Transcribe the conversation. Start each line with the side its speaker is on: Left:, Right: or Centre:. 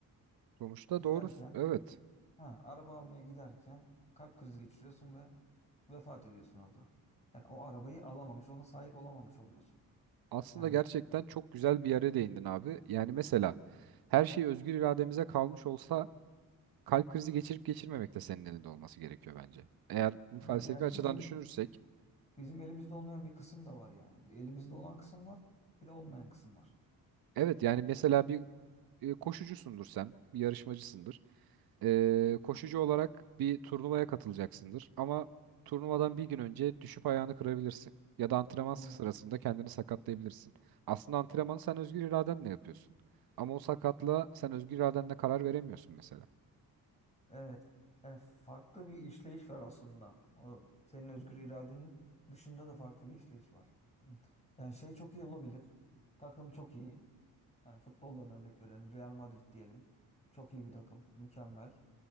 Right: Sonuçta
Left: Giderken,
Right: doğrusu evet.
Left: ha, araba almaya giderken kalp krizi geçiriyorsun ve vefat ediyorsun orada. Yani o arabayı alamamış, ona sahip olamamış oluyorsun.
Right: Aslında
Left: Yani
Right: gerçekten çok güzel bir yere değindin abi. Yani mesela her şey özgür irademize kalmış olsa kalp krizi geçirip geçirmemek de senin elinde olması gerekiyor bence. Eğer bu
Left: ha,
Right: felsefi
Left: yani
Right: açıdan
Left: bizim
Right: düşünürsek
Left: bizim elimizde olmayan bir kısım da var yani. Bir Elimizde olan kısım var, bir de olmayan kısım var.
Right: evet yani mesela bir e, koşucusundur sen, bir yarışmacısındır. Ee, koşucu olarak bir turnuvaya katılacaksındır. Ama turnuvadan bir gün önce düşüp ayağını kırabilirsin. Ya da antrenman sırasında
Left: Evet.
Right: kendini sakatlayabilirsin. Aslında antrenmanı sen özgür iradenle yapıyorsun. Ama o sakatlığa sen özgür iradenle karar veremiyorsun mesela.
Left: Evet. Yani farklı bir işleyiş var aslında. O senin özgür iradenin dışında da farklı bir işleyiş var. Hı. Yani şey çok iyi olabilir. Takım çok iyi. Hani futboldan örnek verelim. Real Madrid diyelim. Çok iyi bir takım. Mükemmel.